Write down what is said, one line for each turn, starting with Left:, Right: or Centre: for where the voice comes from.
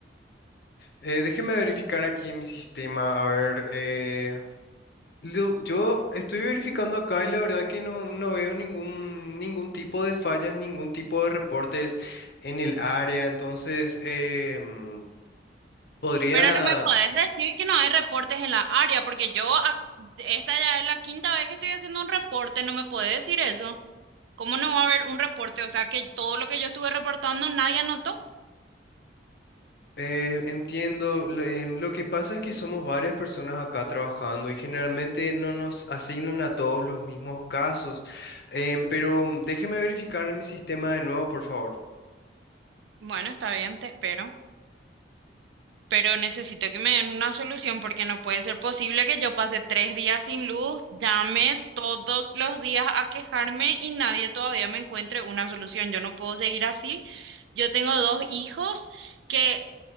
Left: eh, déjeme verificar aquí en mi sistema. A ver, eh, lo- yo estoy verificando acá y la verdad que no, no veo ningún, ningún tipo de fallas, ningún tipo de reportes en el área. Entonces, em, ¿Podría
Right: Pero no me podés decir que no hay reportes en la área, porque yo, ac- esta ya es la quinta vez que estoy haciendo un reporte, no me podés decir eso. ¿Cómo no va a haber un reporte? O sea, que todo lo que yo estuve reportando nadie anotó.
Left: Eh, entiendo, lo, em, lo que pasa es que somos varias personas acá trabajando y generalmente no nos asignan a todos los mismos casos. Em, pero mm, déjeme verificar en mi sistema de nuevo, por favor.
Right: Bueno, está bien, te espero, pero necesito que me den una solución porque no puede ser posible que yo pase tres días sin luz, llame todos los días a quejarme y nadie todavía me encuentre una solución. Yo no puedo seguir así. Yo tengo dos hijos que